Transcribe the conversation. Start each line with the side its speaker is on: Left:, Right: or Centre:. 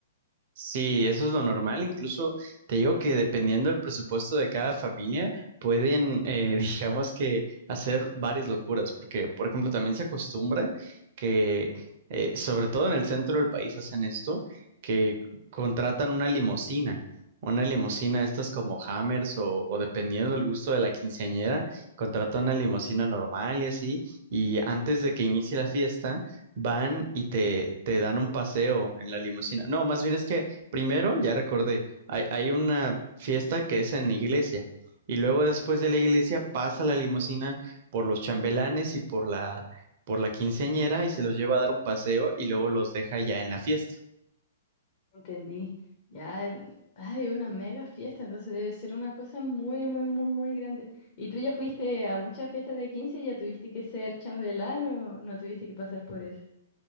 Right: Sí, eso es lo normal. Incluso te digo que dependiendo del presupuesto de cada familia, pueden, eh, <laughs> digamos que, hacer varias locuras. Porque, por ejemplo, también se acostumbra que, eh, sobre todo en el centro del país, hacen esto, que contratan una limusina. Una limusina, de estas como Hammers o, o dependiendo del gusto de la quinceañera, contratan una limusina normal y así. Y antes de que inicie la fiesta, van y te, te dan un paseo en la limusina. No, más bien es que Primero, ya recordé, hay, hay una fiesta que es en iglesia y luego después de la iglesia pasa
Left: Ah,
Right: la limusina por los chambelanes y por la, por la quinceañera y se los lleva a dar un paseo y luego los deja ya en la fiesta.
Left: entendí. Ya, eh, hay una mega fiesta, entonces debe ser una cosa muy, muy, muy, muy grande. ¿Y tú ya fuiste a muchas fiestas de 15 y ya tuviste que ser chambelán o no tuviste que pasar por eso?